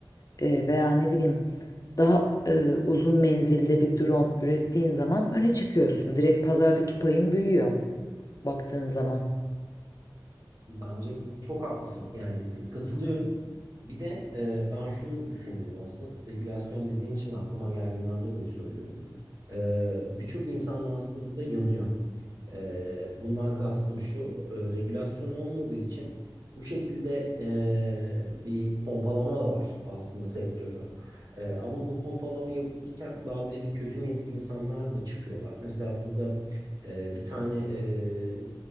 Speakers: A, on the left; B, on the right.
A: e, veya ne bileyim daha e, uzun menzilde bir drone ürettiğin zaman öne çıkıyorsun. Direkt pazardaki payın büyüyor baktığın zaman.
B: Bence bu çok haklısın. Yani e, katılıyorum. Bir de e, ben şunu da düşünüyorum aslında. Regülasyon dediğin için aklıma geldiğinden dolayı söylüyorum. E, birçok insan da aslında burada yanıyor. Ee, bundan kastım şu, e, regülasyon olmadığı için bu şekilde e, bir pompalama da var aslında sektörü. E, ama bu pompalama yapılırken bazı işte kötü niyetli insanlar da çıkıyorlar. Mesela burada e, bir tane e,